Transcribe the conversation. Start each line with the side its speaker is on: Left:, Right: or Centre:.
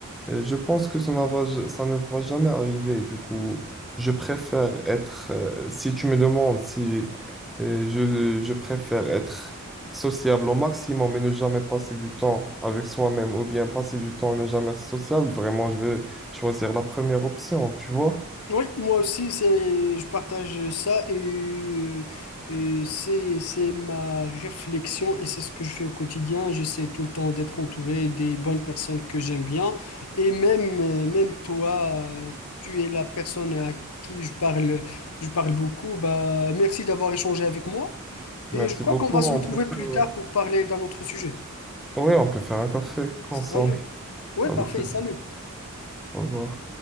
Centre: euh, je pense que ça ne va, j- ça ne va jamais arriver. Du coup, je préfère être, euh, si tu me demandes si euh, je, je préfère être sociable au maximum et ne jamais passer du temps avec soi-même ou bien passer du temps et ne jamais être sociable, vraiment, je vais choisir la première option, tu vois?
Left: oui, moi aussi, c'est, je partage ça et, euh, et c'est, c'est ma réflexion et c'est ce que je fais au quotidien. J'essaie tout le temps d'être entouré des bonnes personnes que j'aime bien. Et même, euh, même toi, euh, tu es la personne à qui je parle, je parle beaucoup. Bah, merci d'avoir échangé avec moi.
Centre: Merci
Left: Et je crois
Centre: beaucoup.
Left: qu'on va
Centre: On
Left: se retrouver
Centre: peut
Left: plus
Centre: faire,
Left: tard pour parler d'un autre sujet.
Centre: ouais, on peut faire un café
Left: Salut.
Centre: ensemble
Left: Oui,
Centre: avec
Left: parfait,
Centre: le.
Left: salut.
Centre: Au revoir.